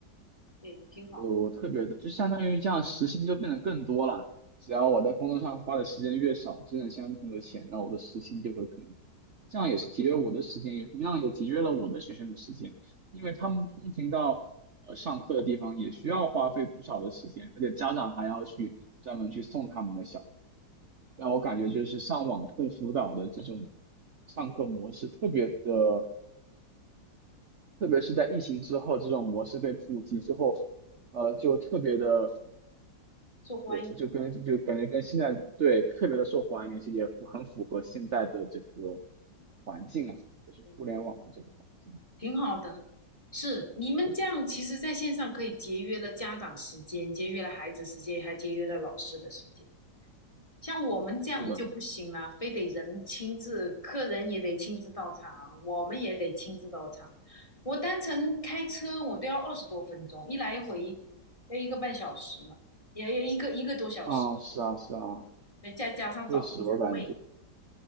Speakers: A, on the left; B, on the right.
A: 对，挺好，
B: 呃我特别的，就相当于这样时薪就变得更多了。只要我在工作上花的时间越少，挣的相同的钱，那我的时薪就会更高。这样也是节约我的时间，也同样也节约了我的学生的时间，因为他们通勤到呃上课的地方也需要花费不少的时间，而且家长还要去专门去送他们的小。
A: 哦，
B: 让我感觉就是上网课辅导的这种上课模式特别的，特别是在疫情之后，这种模式被普及之后，呃，就特别的，
A: 受欢迎，
B: 呃就跟就感觉跟现在对特别的受欢迎，而且也符很符合现在的这个
A: 嗯，
B: 环境啊，就是互联网的这个环境。
A: 对对，挺好的。是，你们这样其实在线上可以节约了家长时间，节约了孩子时间，还节约了老师的时间。像我们这样就不行了，
B: 是的，
A: 非得人亲自，客人也得亲自到场，我们也得亲自到场。我单程开车我都要二十多分钟，一来一回要一个半小时呢，也要一个一个多小时，
B: 啊，是啊，是啊，
A: 再加加上找停车位，
B: 确实我感觉。